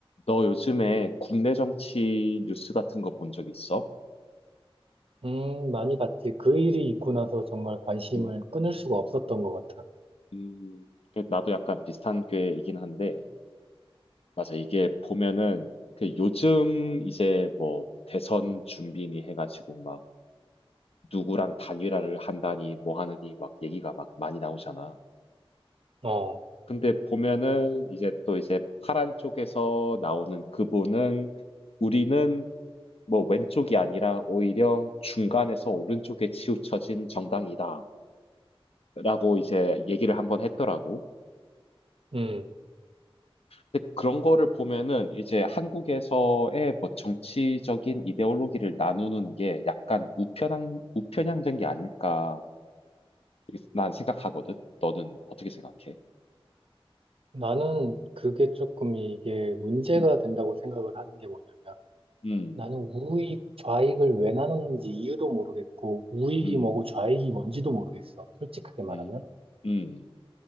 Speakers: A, on the left; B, on the right.
A: 너 요즘에 국내 정치 뉴스 같은 거 본 적 있어?
B: 음, 많이 봤지. 그 일이 있고 나서 정말 관심을
A: 음,
B: 끊을 수가 없었던 것 같아.
A: 음, 그 나도 약간 비슷한 꾀이긴 한데, 맞아. 이게 보면은, 그 요즘 이제 뭐 대선 준비니 해가지고 막 누구랑 단일화를 한다니 뭐 하느니 막 얘기가 막 많이 나오잖아.
B: 어,
A: 근데 보면은 이제 또 이제 파란 쪽에서 나오는 그분은 우리는 뭐 왼쪽이 아니라 오히려 중간에서 오른쪽에 치우쳐진 정당이다. 라고 이제 얘기를 한번 했더라고.
B: 음.
A: 근데 그런 거를 보면은 이제 한국에서의 뭐 정치적인 이데올로기를 나누는 게 약간 우편향, 우편향된 게 아닐까 이렇게 난 생각하거든. 너는 어떻게 생각해?
B: 나는 그게 조금 이게 문제가
A: 음,
B: 된다고 생각을 하는 게 뭐냐면
A: 음,
B: 나는 우익, 좌익을 왜 나누는지 이유도 모르겠고 우익이
A: 음,
B: 뭐고 좌익이 뭔지도 모르겠어. 솔직하게 말하면.
A: 음, 음,